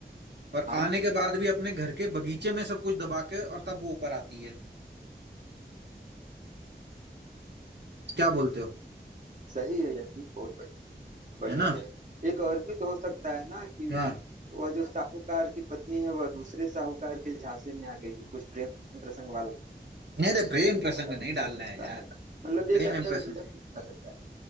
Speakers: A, on the right; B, on the right.
A: और
B: हाँ
A: आने के बाद भी अपने घर के बगीचे में सब कुछ दबा के और तब वो ऊपर आती है क्या बोलते हो
B: सही है यह भी बहुत बढ़- बढ़िया
A: है ना
B: बढ़िया एक और भी तो हो सकता है ना कि
A: हाँ
B: वह जो साहूकार की पत्नी है वह दूसरे साहूकार के झांसे में आ गई हो, कुछ प्रेम प्रसंग वाला
A: अरे प्रेम प्रसंग
B: मतलब ये
A: नहीं
B: तो
A: डालना
B: हो सकता
A: है यार
B: है मतलब
A: प्रेम
B: एक एंगल
A: एंड प्रसंग
B: इधर भी जा सकता है